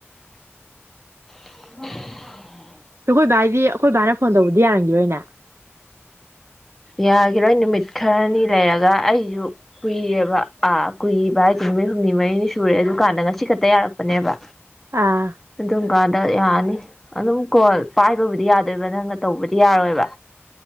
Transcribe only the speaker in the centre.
ꯍꯝ <inaudible>
ꯌꯥꯈꯤꯔꯣꯏ ꯅꯨꯃꯤꯠ ꯈꯔꯅꯤ ꯂꯩꯔꯒ ꯑꯩꯁꯨ ꯀꯨꯏꯌꯦꯕ ꯑꯥ ꯀꯨꯏꯕ ꯍꯥꯏꯁꯦ ꯅꯨꯃꯤꯠ ꯍꯨꯝꯅꯤ ꯃꯔꯤꯅꯤ ꯁꯨꯔꯦ ꯑꯗꯨ ꯀꯥꯟꯗꯒ ꯉꯥꯁꯤ ꯈꯛꯇ ꯌꯥꯔꯛꯄꯅꯦꯕ
ꯑꯗꯨꯝ ꯀꯥꯟꯗ ꯌꯥꯅꯤ ꯑꯗꯨꯝ ꯀꯣꯜ ꯄꯥꯏꯕꯕꯨꯗꯤ ꯌꯥꯗꯣꯏꯕ ꯅꯪꯅ ꯇꯧꯕꯗꯤ ꯌꯥꯔꯣꯏꯕ